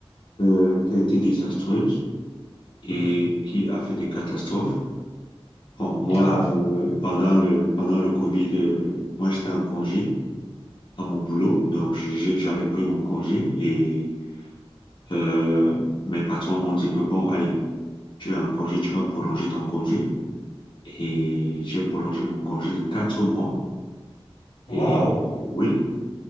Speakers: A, on the left (about 50°); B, on the left (about 80°).
A: euh, qui a été désastreuse et
B: mhm.
A: qui a fait des catastrophes. Bon, moi,
B: Grave.
A: euh, pendant le, pendant le Covid, euh, moi, j'étais en congé à mon boulot, donc j'ai- j'ai- j'avais pris mon congé et euh, mes patrons m'ont dit que, bon, allez, tu es en congé, tu vas prolonger ton congé. Et j'ai prolongé mon congé de quatre mois. Et
B: Waouh.
A: oui,